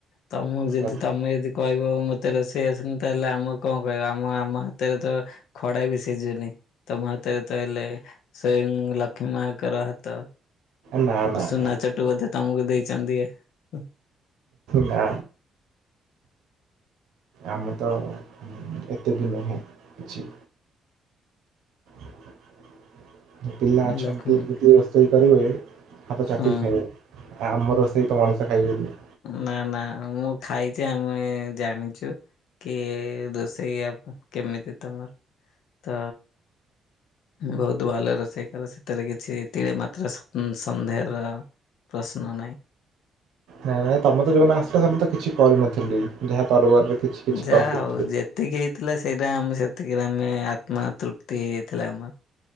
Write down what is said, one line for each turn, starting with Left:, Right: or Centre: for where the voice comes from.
Left: ତମକୁ ଯଦି
Right: ପାରୁଛୁ।
Left: ତମେ ଯଦି କହିବ ମତେ ରୋଷେଇ ଆସୁନି ତାହେଲେ, ଆମକୁ କଣ କହିବ? ଆମ ଆମ ହାତରେ ତ ଖଡା ବି ସିଝୁନି। ତମ ହାତ ତୋର ତ ହେଲେ ସେମ ଲକ୍ଷ୍ମୀ ମାଆ ଙ୍କର ହାତ।
Right: ନା ନା ନା
Left: ସୁନା
Right: ନା
Left: ଚଟୁ ବଧେ ତମକୁ ଦେଇଛନ୍ତି। ହୁ।
Right: ନା ଆମେ ତ ଏତିକି ନୁହେଁ। କିଛି <unintelligible> ପିଲା ଅଛନ୍ତି
Left: ଲକ୍ଷ୍ମୀ
Right: ଏମିତି ରୋଷେଇ କରିବେ ହାତ ଚାଟିକି
Left: ହଁ
Right: ଖାଇବ। ଆ ଆମର କେହିତ ମଣିଷ ଖାଇବେନି।
Left: ନା ନା ମୁଁ ଖାଇଛି। ଆମେ ଜାଣିଛୁ। କି ଦୋଷେଇ ଆଉ କେମିତି ତମର ତ ମୁଁ ବହୁତ ଭଲ ରୋଷେଇ କରେ। ସେଥିରେ କିଛି ତିଳେ ମାତ୍ର ସନ୍ ସନ୍ଦେହର ପ୍ରଶ୍ନ ନାହିଁ।
Right: ନାଇଁ ନାଇଁ ତମେ ତ ଯୋଉଦିନ ଆସିଥିଲ ସେମିତି ତ କିଛି କରିନଥିଲି। ଯାହା ତରବରରେ କିଛି କିଛି
Left: ଯାହା
Right: କରିଦେଇଥିଲି।
Left: ହଉ ଯେତିକି ହେଇଥିଲା ସେଇଟା ଆମେ ସେତିକିରେ ଆମେ ଆତ୍ମା ତୃପ୍ତି ହେଇଯାଇଥିଲା ମ୍ ମା।